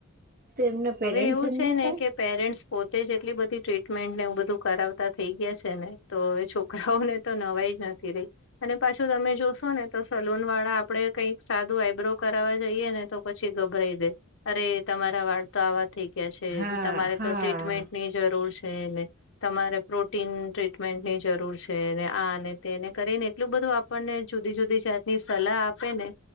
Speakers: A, on the right (about 45°); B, on the left (about 60°).
A: તો એમના પેરેન્ટ્સ
B: હવે એવું
A: એમને
B: છે ને
A: કઈ
B: કે પેરેન્ટસ પોતે જ એટલી બધી ટ્રીટમેન્ટ ને એવું બધું કરાવતા થઈ ગયા છે ને તો હવે છોકરા છોકરાઓને તો નવાઈ જ નથી રહી અને પાછું તમે જોશો ને તો સલૂન વાળા આપડે કઈક સાદું આઈબ્રો કરાવવા જઈએ ને તો પછી ગભરાઈ દે અરે તમારા વાળ તો આવા થઈ ગયા છે
A: હા
B: તમારે
A: હા
B: તો ટ્રીટમેન્ટની જરૂર છે એને તમારે પ્રોટીન ટ્રીટમેન્ટની જરૂર છે આ તેને કરીને એટલું બધું આપણને જુદી જુદી જાતની સલાહ આપે ને